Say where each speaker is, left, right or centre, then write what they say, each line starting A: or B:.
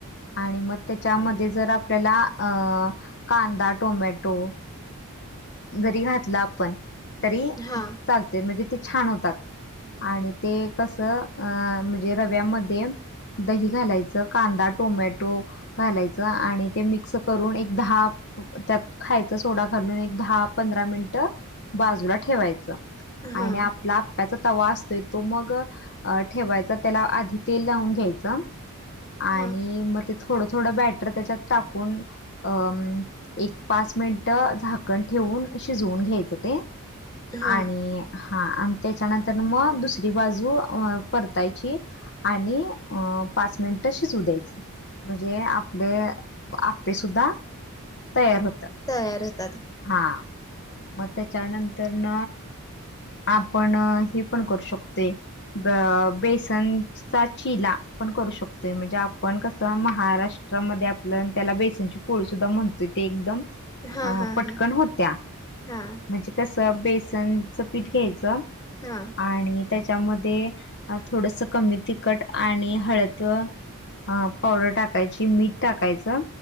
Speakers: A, on the left; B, on the left.
A: आणि मग त्यांच्यामध्ये जर आपल्याला. अ कांदा, टोमॅटो. घरी घातलं आपण तरी
B: हा.
A: चालते म्हणजे, ते छान होतात आणि ते. कसं अ- म्हणजे रव्यामध्ये, दही घालायचं कांदा टोमॅटो. घालायचं आणि ते मिक्स करून, एक दहा त्यात खायच सोडा घालून एक, दहा पंधरा मिनिट बाजूला ठेवायचं.
B: हा
A: आणि
B: हा
A: आपला, त्याचा तवा असतोय तो मग, ठेवायचा त्याला आधी तेल लावून घ्यायचा. आणि
B: हा
A: मग तींत थोडं थोडं बॅटर त्याच्यात टाकून, अ एक पाच मिनिट झाक कन ठेवून शिजवून घ्यायचं. ते
B: हा
A: आणि, हा, आणि त्याच्यानंतर मग दुसरी बाजू परतायची. आणि अ- पाच मिनिट शिजू द्यायचं. म्हणजे आपले आप्पे सुुद्धा तयार होतात.
B: तयार होत.
A: हा, मग त्याच्यानंतरन. आपण हे पण करू शकतोय, ब- बेसन. <unintelligible> चिला पण करू शकतोय. म्हणजे, आपण कस महाराष्ट्रामध्ये आपलं त्याला बेसनची पो पोळी सुद्धा म्हणतोय, की एकदम
B: हा
A: अ
B: हा.
A: पटकन
B: हा
A: होत्या.
B: हा
A: म्हणजे कसं बेसनचं पीठ घ्यायचं.
B: हा.
A: आणि त्यांच्यामध्ये, थोडंसं कमी तिखट आणि हळद. हा, पावडर टाकायची मीठ टाकायचं.